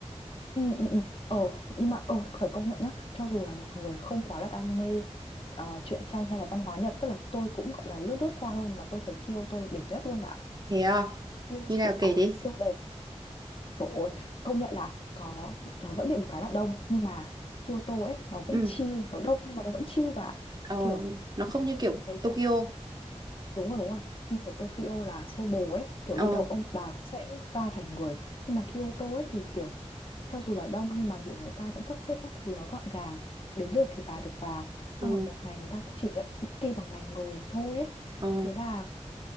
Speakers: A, on the left (about 50°); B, on the right (about 35°).
A: ừ, ừ, ừ. Ờ nhưng mà ờ, phải công nhận nhá Cho dù là một người không quá là đam mê à, truyện tranh hay là văn hóa Nhật Tức là tôi cũng gọi là lướt lướt qua thôi Mà tôi thấy Kyoto là đỉnh nhất luôn bà ạ.
B: thế à
A: Siêu
B: như
A: siêu,
B: nào kể
A: ờ,
B: đi
A: siêu đẹp Trời ơi, công nhận là có nó vẫn bị một cái là đông nhưng mà Kyoto ấy nó vẫn
B: ừ
A: chill, nó đông nhưng mà nó vẫn chill và
B: ờ,
A: kiểu
B: nó không như kiểu
A: mấy
B: Tokyo
A: cái đúng rồi đúng rồi. Như kiểu Tokyo là xô bồ ấy, kiểu
B: ờ
A: đi đâu ông bà cũng sẽ va phải người. Nhưng mà Kyoto ấy thì kiểu cho dù là đông nhưng mà kiểu người ta vẫn sắp xếp các thứ nó gọn gàng. Đến lượt thì bà được vào.
B: ờ
A: Xong rồi một ngày người ta cũng chỉ nhận booking bằng ngày người thôi ấy.
B: ờ
A: Thế là